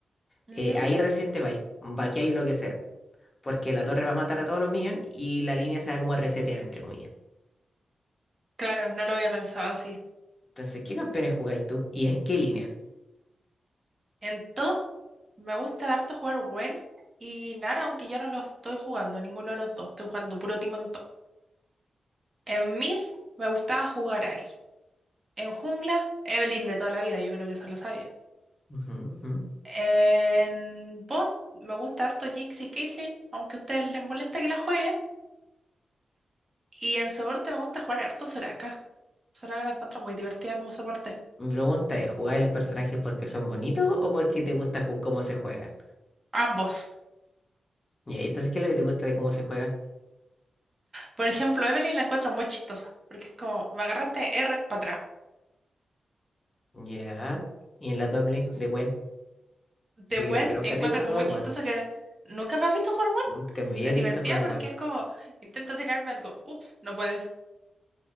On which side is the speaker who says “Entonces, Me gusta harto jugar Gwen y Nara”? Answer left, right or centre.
Right